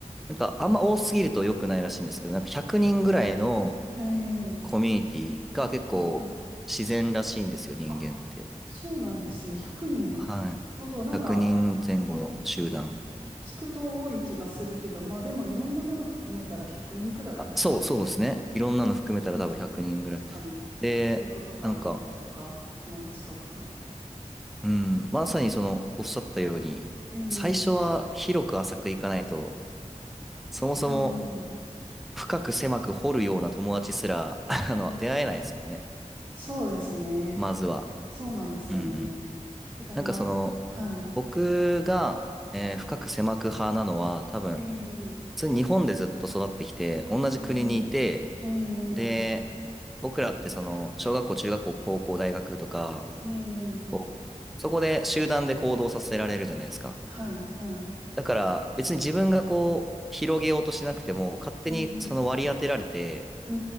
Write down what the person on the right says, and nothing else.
ええ
はいはい。
あ、そうなんですね。100人
ほど、なんか、こう聞くと多い気がするけど、まあでもいろんなもの含めたら100人くにんくらいはいっちゃう。
うん確かに、
仕事とか家族とか友達とかね。
ええ
ええ
ええ
そうですね。
そうなんですよね。
だからまあ、
はい。
ええ
ええええ
ええ
はい、はい。
えー、うー